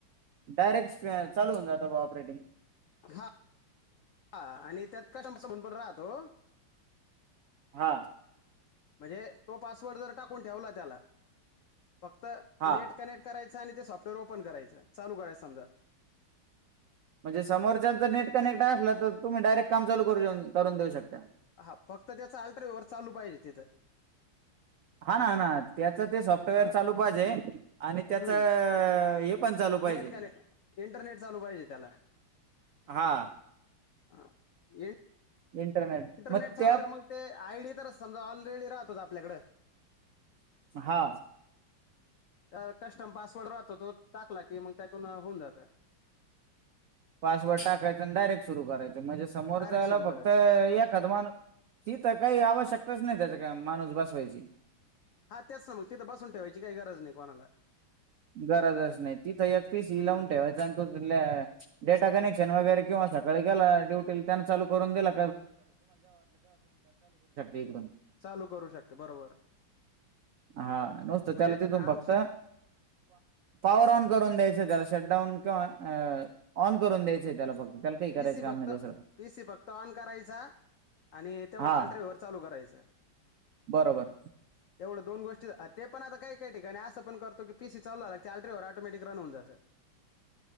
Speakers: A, on the right; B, on the left.
A: डायरेक्ट चालू होऊन जात कोऑपरेटिंग
B: हा हा आणि त्यात <inaudible> म्हणून पण राहतो
A: हा
B: म्हणजे तो पासवर्ड जर टाकून ठेवला त्याला फक्त
A: हा
B: नेट कनेक्ट करायच छ आणि ते सॉफ्टवेअर ओपन करायचं चालू करायचं समजा
A: म्हणजे समोरच्या जर नेट कनेक्ट असला तर तुम्ही डायरेक्ट काम चालू करून देऊ शकता
B: हा फक्त त्याच अल्ट्रावेव्हर चालू पाहिजे तिथं
A: हा ना हा ना त्याच ते सॉफ्टवेअर
B: हा
A: चालू पाहिजे. आणि त्याच
B: हम्म
A: हे पण चालू पाहिजे....
B: नेट कनेक्ट इंटरनेट चालू पाहिजे त्याला
A: हा
B: हा इन
A: इंटरनेट
B: इंटरनेटचा
A: मग त्या
B: तर मग ते आयडी तर समजा ऑल रेडी राहतोच आपल्याकडे
A: हा
B: त्या कस्टम पासवर्ड राहतो तो टाकला की मग त्यातून होऊन जात.
A: पासवर्ड टाकायचं डायरेक्ट सुरू करायचा म्हणजे समोरच्यायला
B: डायरेक्ट सुरू
A: फक्त
B: करायचं
A: एखाद माणूस तिथं काही आवश्यकताच नाही त्याच्या माणूस बसवायची
B: हा तेच ना मग तिथं बसून ठेवायची काही गरज नाही कोणाला
A: गरजच नाही तिथं एक पीस
B: हम्म
A: ह लावून ठेवायचा आणि तो त डेटा कनेक्ट शन वगैर किंवा सकाळी गेला ड्युटीला त्यांना चालू करून दिला इकडून
B: चालू करू शकते बरोबर
A: हा नुसतं
B: म्हणजे
A: त्याला तिथून फक्त
B: आमचे
A: पॉवर ऑन करून द्यायच त्याला शटडाऊन किंवा ऑन करून द्यायचंय त्याला फक्त त्याला काही करायचं
B: पीसी
A: काम
B: फक्त
A: नाही दुसरं
B: पीसी फक्त ऑन करायचा आणि तेवढं
A: हा
B: अल्ट्रावेवर चालू करायच
A: बरोबर
B: तेवढ दोन गोष्टी ते पण आता काही काही ठिका असं पण करतो की पीसी चालू झाला ते अल्ट्राव्हर ऑटोमॅटिक रन होऊन जातं